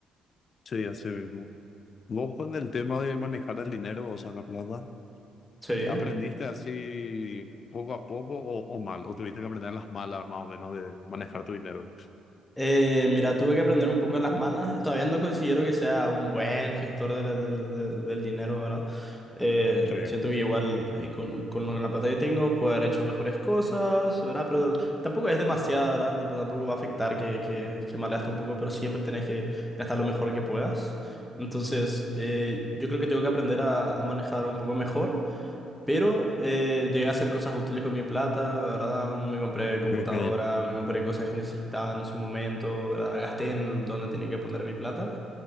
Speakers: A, on the left (about 45°); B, in the centre.
A: Sí, así mismo. Vos con el tema de manejar el dinero, o sea, la plata.
B: Sí.
A: ¿Qué ¿Aprendiste así poco a poco o, o mal? ¿O tuviste que aprender las malas más o menos de manejar tu dinero?
B: Eh, mira, tuve que aprender un poco de las malas. Todavía no considero que sea un buen gestor de del del- del dinero, ¿verdad? Eh,
A: Sí,
B: siento que igual eh, con, con lo- la plata que tengo puedo haber hecho mejores cosas, ¿verdad? Pero tampoco es demasiado, ¿verdad? Tipo, tampoco va a afectar que, que, que malgaste un poco, pero siempre tenés que gastar lo mejor que puedas. Entonces, eh, yo creo que tengo que aprender a, a manejar un poco mejor. Pero eh, llegué a hacer cosas útiles con mi plata, ¿verdad? Me compré computadora,
A: Bien, bien.
B: me compré cosas que necesitaba en su momento, ¿verdad? Gasté en donde tenía que poner mi plata.